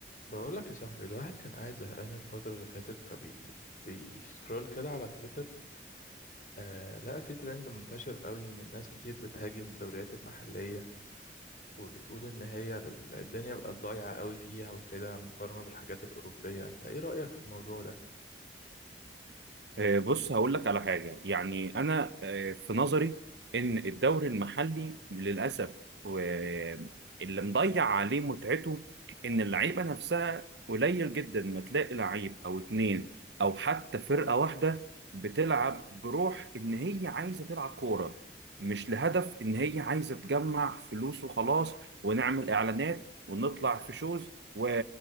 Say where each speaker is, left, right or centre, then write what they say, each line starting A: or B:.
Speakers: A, on the left; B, on the right.
A: بقولك يا صاحبي الواحد كان قاعد زهقان الفترة اللي فاتت فبي بيسكرول كده على تويتر آه لقى في ترند منتشر قوي إن الناس كتير بتهاجم الدوريات المحلية وبتقول إن هي ال- الدنيا بقت ضايعة قوي فيها وكده مقارنة بالحاجات الأوروبية أنت إيه رأيك في الموضوع ده؟
B: آه، بص هقول لك على حاجة يعني أنا آه، في نظري إن الدوري المحلي للأسف آه، اللي مضيع عليه متعته إن اللعيبة نفسها قليل جدا ما تلاقي لعيب أو اتنين أو حتى فرقة واحدة بتلعب بروح إن هي عايزة تلعب كورة مش لهدف إن هي عايزة تجمع فلوس وخلاص ونعمل إعلانات ونطلع في شوز و...